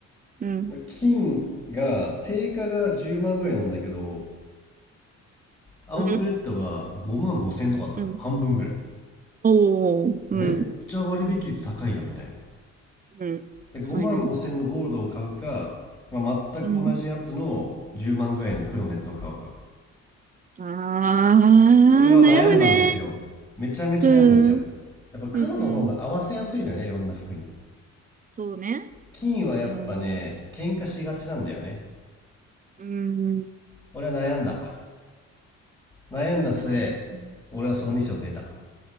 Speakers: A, on the right (about 30°); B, on the left (about 15°).
A: うん。
B: まあ金が定価が10万ぐらいなんだけど、アウトレットが5万5千とかあったのよ。
A: うん。うん。
B: 半分ぐらい。
A: おお、うん。
B: めっちゃ割引率高いやんみたいな。
A: うん。
B: で5万5千のゴールドを買うか、
A: 高いね。
B: まあ、全く同じやつの10万ぐらいの黒のやつを買うか
A: うん。ああ、
B: 俺は悩んだんですよめちゃめちゃ悩んだんですよ
A: 悩むね。うん。
B: やっぱ黒の方が合わせやすいのよねいろんな服に
A: うんうん。そうね。
B: 金はやっぱねちょっと喧嘩しがちなんだよね
A: うん。うん。
B: 俺は悩んだ悩んだ末
A: はい。うん。
B: 俺はその店を出た
A: うん